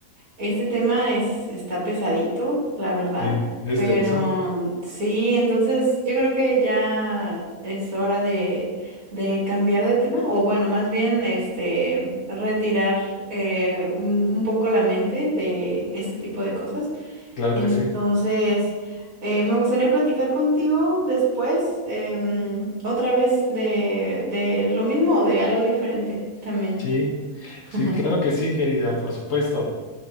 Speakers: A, on the right (about 60°); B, on the left (about 60°).
A: este tema es, está pesadito, la verdad.
B: Sí, es
A: Pero
B: denso,
A: sí, entonces yo creo que ya es hora de, de cambiar de tema. O bueno, más bien este retirar eh, un un poco la mente de este tipo de cosas.
B: claro
A: Entonces,
B: que sí.
A: eh, me gustaría platicar contigo después, em, otra vez de, de lo mismo o de algo diferente también.
B: Sí,
A: <laughs>
B: sí, claro que sí, querida, por supuesto.